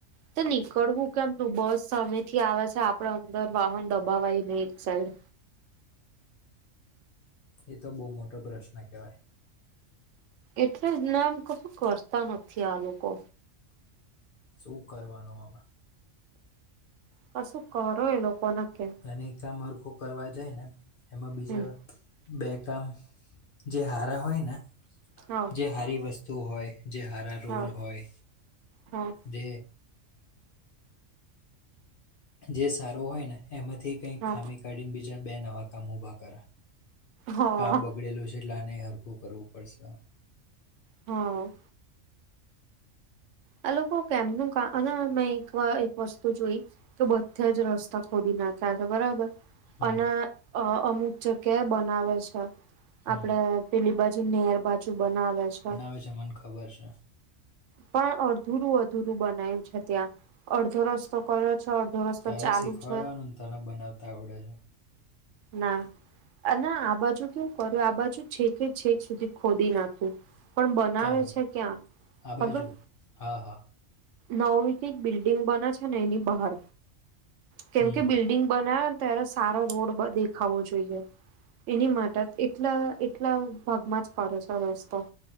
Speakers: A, on the right (about 70°); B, on the left (about 55°).
A: તે નીકળવું કેમનું બસ સામે. થી આવે છે આપડ અંદર વાહન દબાવાય નહી એક સાઈડ.
B: એ તો બહુ મોટો પ્રશ્ન કહેવાય.
A: એટલેજ ના એમ કશું કરતા નથી આ લોકો.
B: શું કરવાનું હવે.
A: કશું કરો એ લોકોને કેમ.
B: અનેને એક કામ હરખુ કરવા જાય ને. એમાં બીજા
A: હમ
B: બે કામ જે હારા હોય ને.
A: હા
B: જે સારી વસ્તુ હોય જે હારા રોડ
A: હા
B: હોય
A: હા
B: જે. જે સારું હોય ને એમાંથી કઈ
A: હા
B: ખામી કાઢીને બીજા બે નવા કામ ઉભા કરે.
A: હા
B: કા બગડેલું છે એટલે આને હરખું કરવું પડશે.
A: હા. આ લોકો કેમનું મે એક એક વસ્તુ જોઈ. તો બધાજ રસ્તા ખોલી નાખ્યા છે બરાબર.
B: હમ
A: અને અમુક જગ્યા બનાવે છે
B: હમ
A: આપડે. પેલી બાજુ નહેર બાજુ બનાવે છે
B: અચ્છા મને ખબર છે
A: પણ અધુરું અધુરું બનાયું છે ત્યાં અડધો રસ્તો કર્યો છે અડધો રસ્તો
B: તારે
A: ચાલુ
B: શીખવાડવાનું
A: છે
B: ને તને બનાવતા આવડે છે
A: ના અને આ બાજુ કેવું કર્યું આ બાજુ છેકે છેક સુધી ખોદી નાખું પણ બનાવે
B: ક્યાં બાજુ
A: છે ક્યાં
B: આ બાજુ
A: ખબર
B: હા હા
A: નવી કઈક બિલ્ડિંગ બને છે ને એની બહાર કેમ
B: હમ
A: કે બિલ્ બિલ્ડિગ બનાવેને ત્યારે સારો રોડ દેખાવો જોઈએ એની માટે એટલા એટલા ભાગમાં જ કરો છે રસ્તો